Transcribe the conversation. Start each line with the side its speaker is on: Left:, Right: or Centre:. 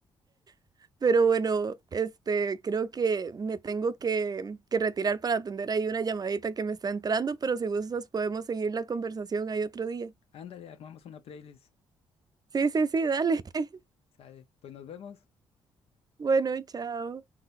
Right: <laughs> Pero bueno, este, creo que me tengo que, que retirar para atender ahí una llamadita que me está entrando, pero si gustas podemos seguir la conversación ahí otro día.
Left: Ándale, armamos una playlist.
Right: Sí, sí, sí, dale. <laughs>
Left: Sale. Pues nos vemos.
Right: Bueno, chao.